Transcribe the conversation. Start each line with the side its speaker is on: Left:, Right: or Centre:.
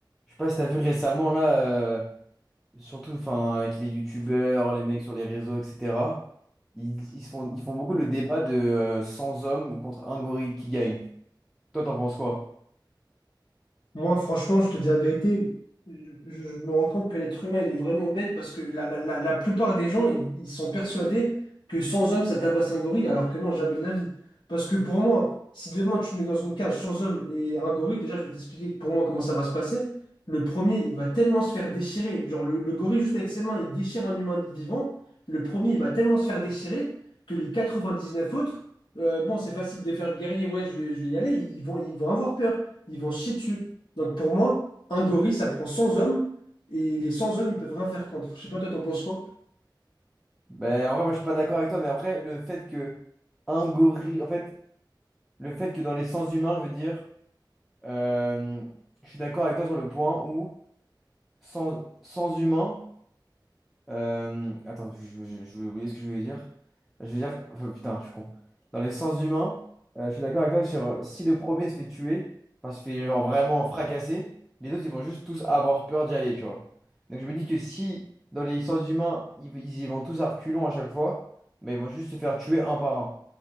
Centre: Je sais pas si t'as vu récemment là, euh, surtout enfin avec les youtubeurs, les mecs sur les réseaux, etc. Ils, ils se font, ils font beaucoup le débat de euh, 100 hommes contre un gorille qui gagne. Toi, t'en penses quoi?
Left: Moi, franchement, je te dis la vérité, je, je me rends compte que l'être humain, il est vraiment bête parce que la, la, la, la plupart des gens, ils, ils sont persuadés que sans homme, ça tabasse un gorille, alors que non, jamais de la vie. Parce que pour moi, si demain tu me mets dans une cage sans homme et un gorille, déjà, je vais t'expliquer pour moi comment ça va se passer. Le premier, il va tellement se faire déchirer. Genre, le, le gorille, juste avec ses mains, il déchire un humain vivant. Le premier, il va tellement se faire déchirer que les 99 autres, euh, bon, c'est facile de faire le guerrier, ouais, je vais, je vais y aller, ils ils vont, ils vont avoir peur ils vont se chier dessus. Donc pour moi, un gorille, ça prend 100 hommes, et les 100 hommes, ils peuvent rien faire contre. Je sais pas, toi, t'en penses quoi?
Centre: Ben en vrai, moi je suis pas d'accord avec toi, mais après le fait que un gorille, en fait, le fait que dans les sens humains, je veux dire, euh, je suis d'accord avec toi sur le point où sans, sans humain Euh, attends, je, je, je vais oublier ce que je voulais dire. Je veux dire, enfin, putain, je suis con. Dans les sens humains, euh, je suis d'accord avec toi sur euh, si le premier se fait tuer, enfin se fait genre vraiment fracasser, les autres ils vont juste tous avoir peur d'y aller, tu vois. Donc je me dis que si dans les sens humains, ils, ils y vont tous à reculons à chaque fois, mais ils vont juste se faire tuer un par un.